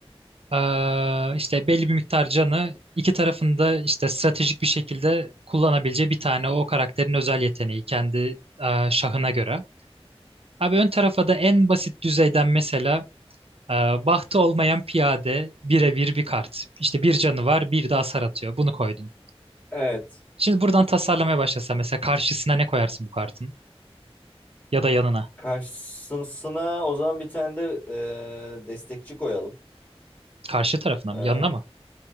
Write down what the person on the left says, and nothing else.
Evet.
Karşısına o zaman bir tane de e, destekçi koyalım.
E,